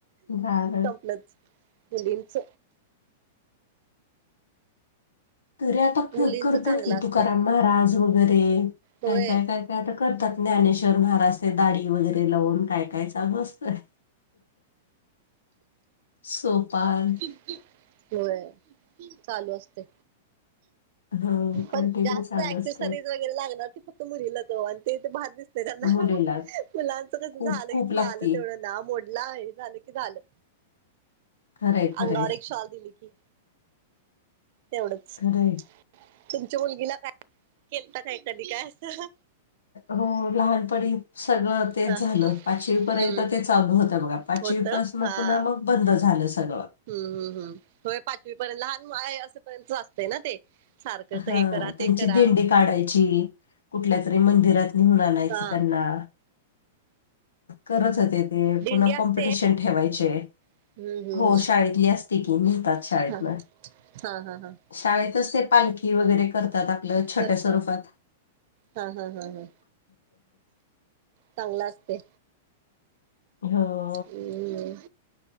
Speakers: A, on the left; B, on the right.
A: झालं.
B: संपलंच मुलींच
A: तरी आता
B: मुलींच
A: करतात
B: चांगलं
A: की
B: असते
A: तू करा महाराज वगैरे
B: होय
A: काय काय काय ते आता करतात ज्ञानेश्वर महाराज ते दाडी वगैरे लावून काय काय चालू असतंय सोपान
B: होय चालू असते
A: हा
B: पण
A: कंटिन्यू
B: जास्त
A: चालू
B: एऍक्सेसरीज
A: असते
B: वगै लागणार फक्त मुलाच ते बारस नाही त्यांना
A: मुलीला
B: फुलांचं कस
A: खूप
B: झालं
A: खूप
B: की झालं
A: लागती
B: तेवढं ना मोडलं आहे झालं की झालं
A: खरंय खरंय
B: अंगर एक शॉल दि लिखी तेवढच
A: खरंय
B: तुमच्या मुलगीला काय केलत काय कधी काय असं
A: हो लहानपणी सगळं तेच
B: हा
A: झालं पाचवी पर्यंत
B: हम्म.
A: ते चालू होतं बघा पाचवीपासून
B: होत हा
A: पुन्हा मग बंद झालं सगळं
B: हम्म हम् हम् ह पाचवी पर्यंत लहान असेपर्यंत असतें ना ते सारखं
A: हा
B: हे करा
A: त्यांची
B: ते करा
A: दिंडी काढायची कुठल्या तरी मंदिरात निघून आणायच
B: हा
A: त्यांना करत होते ते
B: दिंडी
A: पुन्हा
B: असते
A: कॉम्पिटिशन ठेवायचे
B: हम्म हम्म
A: हो शाळेतली असते की नहतात शाळेतन
B: हम्म हा हा हा
A: शाळेतच ते पालखी वगैरे करतात आपलं छोट्या
B: करतात
A: स्वरूपात
B: हा हा हा हा चांगलं असते
A: हो
B: हम्म